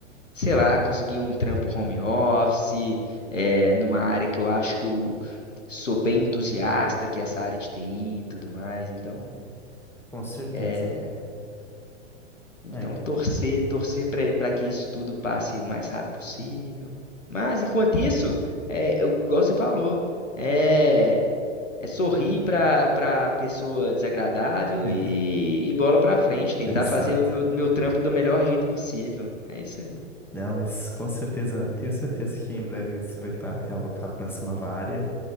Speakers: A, on the left (about 80°); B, in the centre.
A: sei lá, conseguir um trampo home office, é, numa área que eu acho que eu sou bem entusiasta, que é essa área de TI e tudo mais. Então,
B: Com certeza.
A: eh, então,
B: Aí.
A: torcer, torcer para que isso tudo passe o mais rápido possível. Mas, enquanto isso, é, eu- igual você falou, é, é sorrir para para pessoa desagradável
B: <laughs>
A: e, e bola para frente, tentar
B: Exato.
A: fazer o meu, meu trampo do melhor jeito possível. É isso aí.
B: Não, mas com certeza, tenho certeza que em breve você vai estar realocado nessa nova área